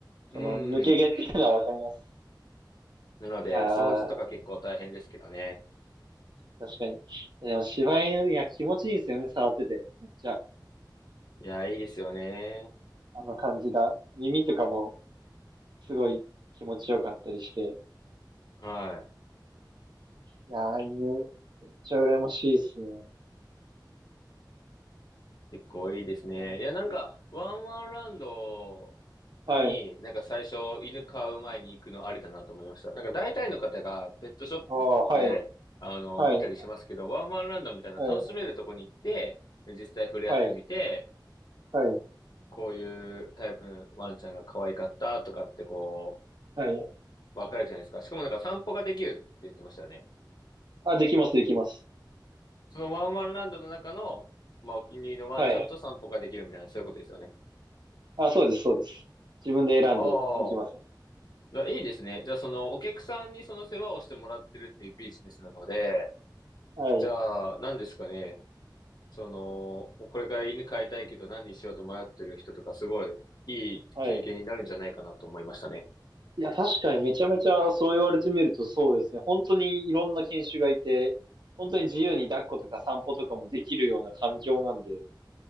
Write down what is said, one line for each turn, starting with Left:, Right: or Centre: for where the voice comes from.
Left: う
Right: その抜け毛っていうのはわかります。
Left: ん。なので、
Right: いや
Left: 掃除とか結構大変ですけどね。
Right: ー、確かに。いでも柴犬、いや気持ちいいんですよね、触ってて。めっちゃ、
Left: いや、いいですよね。
Right: あの感じが。耳とかもすごい気持ちよかったりして。
Left: はい。
Right: いやー、犬、めっちゃ羨ましいですね。
Left: 結構いいですね。
Right: うん
Left: いや、なんか、ワンワンランド
Right: はい。
Left: に、なんか最初、犬飼う前に行くのありだなと思いました。なんか大体の方がペットショップに行って、
Right: ああ、はい、
Left: あの、
Right: はい、
Left: 見たりしますけど、ワンワンランドみたいな楽しめるとこに行って、
Right: はい、
Left: で実際触れ合ってみて、
Right: はい、はい、
Left: こういうタイプのワンちゃんが可愛かったとかってこ
Right: はい。
Left: う、わかるじゃないですか。しかもなんか散歩ができるって言ってましたよね。
Right: あ、できます、できます。
Left: そのワンワンランドの中の、まあ、お気に入りのワンちゃんと散歩ができるみたいな、
Right: はい。
Left: そういうことですよね。
Right: あ、そうです、そうです。自分で選んでできます。
Left: ああ。じゃあ、いいですね。じゃあ、その、お客さんにその世話をしてもらってるっていうビジネスなので、
Right: はい、
Left: じゃあ、何ですかね。その、これから犬飼いたいけど何にしようと迷ってる人とか、すごいいい経験になるんじゃないかなと思いましたね。
Right: はい。いや、確かにめちゃめちゃそう言われてみるとそうですね。本当にいろんな犬種がいて、本当に自由に抱っことか散歩とかもできるような環境なんで、